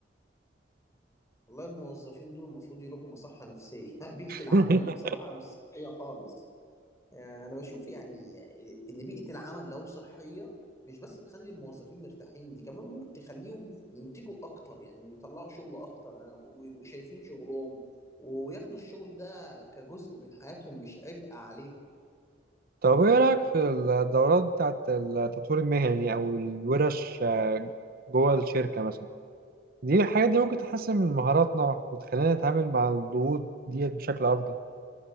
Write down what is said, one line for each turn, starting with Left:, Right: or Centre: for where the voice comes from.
Left: والله الموظفين دول المفروض يروحوا مصحه نفسيه <laughs> بيئه العمل
Right: <laughs>
Left: بصراحه مش صحيه خالص آه، انا بشوف يعني ان بيئه العمل لو صحيه مش بس تخلي الموظفين مرتاحين دي كمان ممكن تخليهم ينتجوا اكتر يعني ويطلعوا شغل اكتر آه، ويبقوا شايفين شغلهم وياخدوا الشغل ده كجزء من حياتهم مش عبء عليهم
Right: طب ايه رأيك في الدورات بتاعت التطوير المهني او الورش جوه الشركة مثلا دي الحاجات دي ممكن تحسن من مهاراتنا وتخلينا نتعامل مع الضغوط دي بشكل افضل